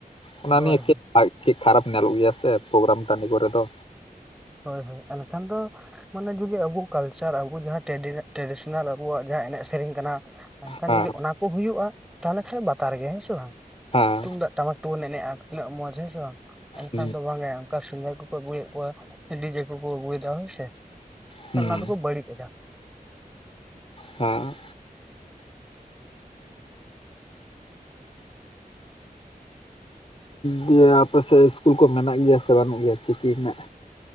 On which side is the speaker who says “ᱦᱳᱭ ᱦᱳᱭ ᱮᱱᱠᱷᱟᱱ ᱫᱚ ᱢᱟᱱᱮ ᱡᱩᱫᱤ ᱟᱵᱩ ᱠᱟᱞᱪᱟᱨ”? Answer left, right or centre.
Centre